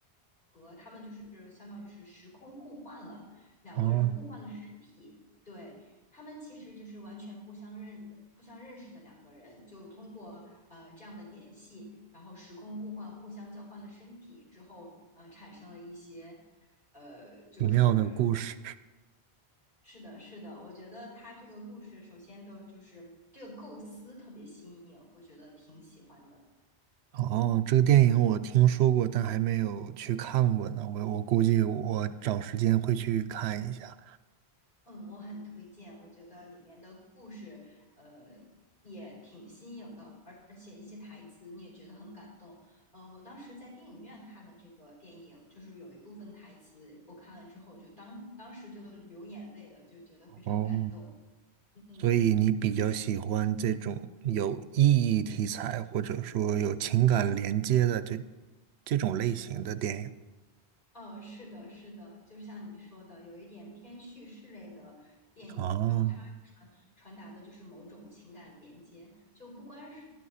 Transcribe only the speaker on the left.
他们就是相当于是时空互换了，两个人互换了身体，
对，他们其实就是完全不相认的、不相认识的两个人，就通过呃这样的联系，然后时空互换，互相交换了身体之后，呃，产生了一些呃，就是
是的，是的，我觉得他这个故事首先都就是这个构思特别新颖，我觉得挺喜欢的。
嗯，我很推荐，我觉得里面的故事，呃，也挺新颖的，而而且一些台词你也觉得很感动。呃，我当时在电影院看的这个电影，就是有一部分台词，我看了之后就当当时就流眼泪了，就觉得非常感动。
嗯。
嗯，呃是的，是的，就像你说的，有一点偏叙事类的电影，
然后它传传达的就是某种情感连接，就不光是